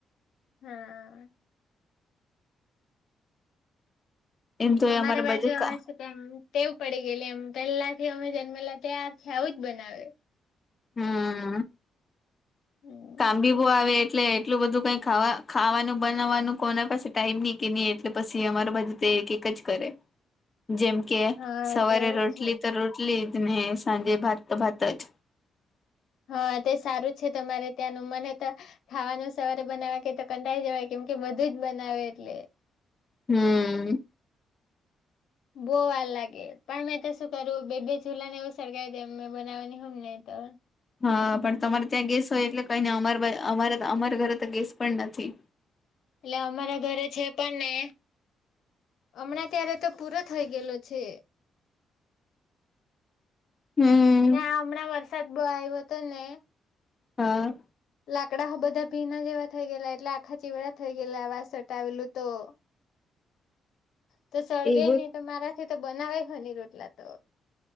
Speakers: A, on the left; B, on the left.
A: હમ
B: એમ તો
A: અમારા
B: એ અમારે
A: બાજુ
B: બધું
A: અમે
B: કા
A: ટેવ પડી ગયેલી એમ પેલા થી અમે જન્મેલા ત્યારથી આવું જ બનાવે
B: હમ
A: હમ
B: કામબીબો આવે એટલે એટલું બધું કઈ ખાવા ખાવાનું બનાવવાનું કોના પાસે ટાઈમ ની કે ની એટલે પછી અમારા બાજુ તો એક એક જ કરે
A: <inaudible>
B: જેમ કે
A: હા
B: સવારે
A: તેવું
B: રોટલી
A: છે
B: તો રોટલી જ ને સાંજે ભાત તો ભાત જ
A: હા તે સારું છે તમારે ત્યાંનું મને તો ખાવાનું સવારે બનાવવા કે તો કંટાળી જવાય કેમ બધુંજ બનાવે એટલે
B: હમ
A: બઉ વાર લાગે પણ મેં તો શું કરું બે બે ચુલા ને એવું સળગાવી દેવ મેં બનાવવાની હોય ને તો
B: હા પણ તમારે ત્યાં ગેસ હોય એટલે કઈ નઈ અમા અમારા અમારા ઘરે તો ગેસ પણ નથી
A: એટલે અમારા ઘરે છે પણ ને હમણાં ત્યારે તો પૂરો થઇ ગયેલો છે
B: હમ.
A: ના હમણાં વરસાદ બવ આવ્યો તો ને
B: હા
A: લાકડા બધા ભીના જેવા થઈ ગયે એટલે આખા ચીવડા થઈ ગયલા આવા વાસટ આવેલું તો તો સળગે
B: એવું
A: નહી તો મારાથી તો બનાવાય નીહો રોટલા તો